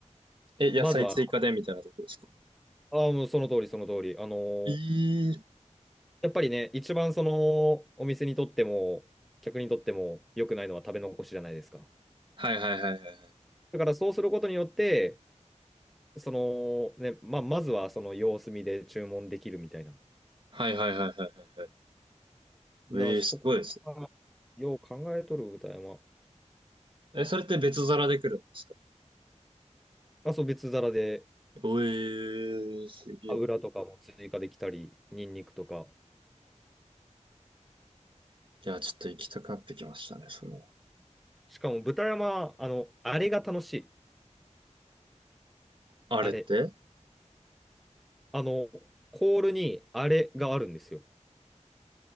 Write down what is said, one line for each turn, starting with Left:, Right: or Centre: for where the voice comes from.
Right: え、野菜追加でみたいなとこですか
Centre: まずは、ああ、もうその通り、その通り、あのー
Right: えー。
Centre: やっぱりね、一番そのお店にとっても、客にとっても良くないのは食べ残しじゃないですか。
Right: はいはいはいはいはい。
Centre: だからそうすることによって、そのね、まあ、まずはその様子見で注文できるみたいな。
Right: はいはいはいはいはいはい。えー、
Centre: だからそこはよう考えとる歌山。
Right: すごいですね。え、それって別皿で来るんですか
Centre: まあ、そう、別皿で
Right: おえー、すげえ。
Centre: 油とかも追加できたり、
Right: い
Centre: ニンニクとか。
Right: や、ちょっと行きたくなってきましたね、それは。
Centre: しかも豚山、あの、あれが楽しい。
Right: あれって
Centre: あれ。あの、コールにあれがあるんですよ。